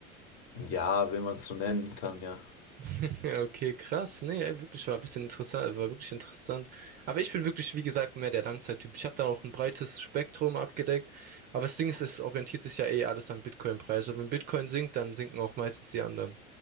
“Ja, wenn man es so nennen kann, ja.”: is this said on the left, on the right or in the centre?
Left